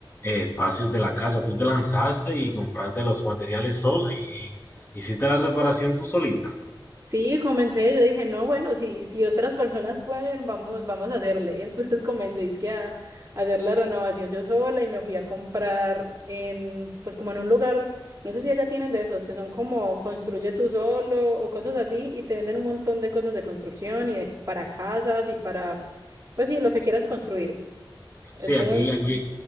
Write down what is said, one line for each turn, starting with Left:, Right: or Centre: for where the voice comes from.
Left: espacios de la casa. Tú te lanzaste y compraste los materiales sola y, y hiciste la reparación tú solita.
Right: Sí, comencé, yo dije, no, bueno, si, si otras personas pueden, vamos, vamos a hacerle. Y entonces <laughs> comencé es que a, a hacer la renovación yo sola y me fui a comprar en, pues como en un lugar, no sé si allá tienen de esos, que son como construye tú solo o cosas así y te venden un montón de cosas de construcción y de- para casas y para, pues sí, lo que quieras construir. Entonces,
Left: Sí, aquí, aquí,